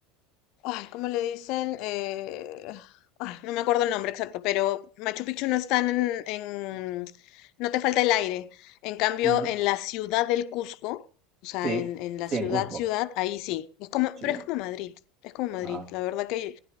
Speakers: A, on the left (about 50°); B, on the right (about 45°).
A: Ay, ¿cómo le dicen? Eh, ay, no me acuerdo el nombre exacto, pero Machu Picchu no está en, en- No te falta el aire. En cambio,
B: Ujú.
A: en la ciudad del Cusco, o sea,
B: Sí,
A: en, en la
B: sí,
A: ciudad,
B: en Cuzco.
A: ciudad, ahí sí. Es como,
B: Sí.
A: pero es como Madrid, es como Madrid.
B: Ah.
A: La verdad que